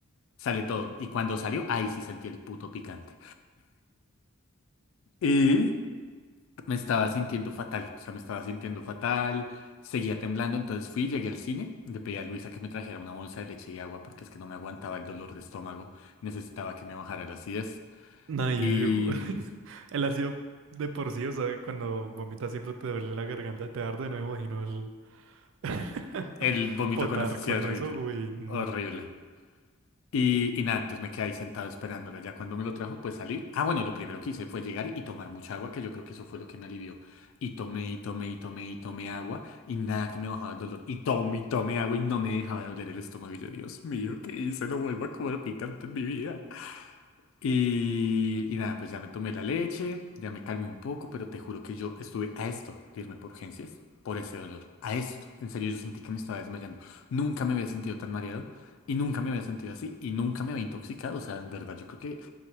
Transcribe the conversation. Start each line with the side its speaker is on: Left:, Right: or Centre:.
Left: sale todo. Y cuando salió, ahí sí sentí el puto picante. y me estaba sintiendo fatal, o sea, me estaba sintiendo fatal, seguía temblando, entonces fui, llegué al cine, le pedí a Luisa que me trajera una bolsa de leche y agua porque es que no me aguantaba el dolor de estómago, necesitaba que me bajara la acidez
Right: No, y
Left: y
Right: <laughs>
Left: mm,
Right: el ácido de por sí, o sea, cuando vomitas siempre te duele la garganta, te arde, no me imagino el <laughs>
Left: el vómito
Right: potar
Left: con acidez
Right: con
Left: sí, horrible,
Right: eso. Uy, no.
Left: horrible. Y, y nada, entonces me quedé ahí sentado esperándola. Ya cuando me lo trajo, pues salí. Ah, bueno, lo primero que hice fue llegar y tomar mucha agua, que yo creo que eso fue lo que me alivió. Y tomé, y tomé, y tomé, y tomé agua, y nada que me bajaba el dolor. Y tomé, y tomé agua, y no me dejaba de doler el estómago. Y yo, Dios mío, ¿qué hice? No vuelvo a comer picante en mi vida. Y, y nada, pues ya me tomé la leche, ya me calmé un poco, pero te juro que yo estuve a esto de irme por urgencias, por ese dolor, a esto. En serio, yo sentí que me estaba desmayando. Nunca me había sentido tan mareado y nunca me había sentido así y nunca me había intoxicado. O sea, en verdad, yo creo que,